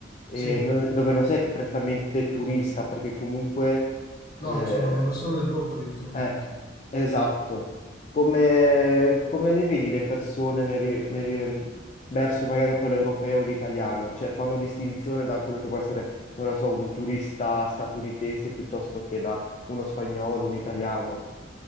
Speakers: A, on the left (about 35°); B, on the left (about 50°).
A: e
B: sì.
A: no- dove non sei prettamente turista, perché comunque eh,
B: No, io sono una persona del luogo lì, non sono
A: eh,
B: un turista.
A: esatto, come, come le vedi le persone nel ri- nel ri- verso magari proprio l'europeo o l'italiano? Cioè fanno distinzione da quello che può essere, non lo so, un turista statunitense piuttosto che da uno spagnolo, un italiano.